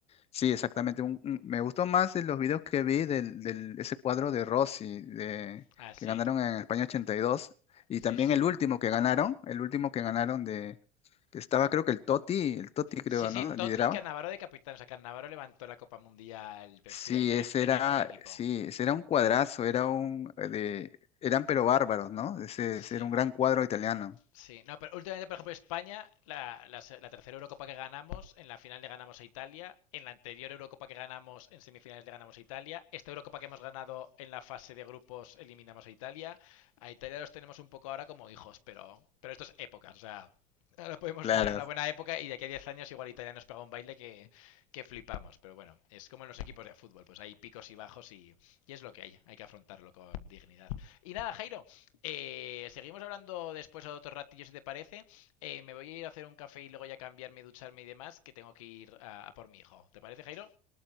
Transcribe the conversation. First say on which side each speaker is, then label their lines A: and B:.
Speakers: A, on the left (about 40°); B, on the left (about 80°).
A: Sí, exactamente. un- un- me gustó más de los videos que vi del, del- ese cuadro de Rossi de,
B: Ah, sí.
A: que ganaron en España 82 y dos y
B: Sí,
A: también
B: sí.
A: el último que ganaron, el último que ganaron de que estaba creo que el Totti, el Totti creo,
B: Sí, sí,
A: ¿no?
B: Totti
A: Lideraba.
B: y Cannavaro de capitán. O sea, Cannavaro levantó la Copa Mundial, pero
A: Sí,
B: sí, ahí te-
A: ese
B: tenían
A: era,
B: buen equipo.
A: sí, ese era un cuadrazo, era un de, eran pero bárbaros, ¿no? Ese,
B: Sí.
A: ese era un gran cuadro italiano.
B: Sí, no, pero últimamente, por ejemplo, España, la, la, se- la tercera Eurocopa que ganamos, en la final le ganamos a Italia, en la anterior Eurocopa que ganamos, en semifinales le ganamos a Italia, esta Eurocopa que hemos ganado en la fase de grupos eliminamos a Italia, a Italia los tenemos un poco ahora como hijos, pero, pero esto es épocas, o sea, ahora podemos
A: Claro.
B: tener una buena época y de aquí a 10 años igual Italia nos pega un baile que, que flipamos, pero bueno, es como en los equipos de fútbol, pues hay picos y bajos y, y es lo que hay, hay que afrontarlo con dignidad. Y nada, Jairo, eh, seguimos hablando después a otro ratillo, si te parece. Eh, me voy a ir a hacer un café y luego ya cambiarme, ducharme y demás, que tengo que ir a, a por mi hijo. ¿Te parece, Jairo?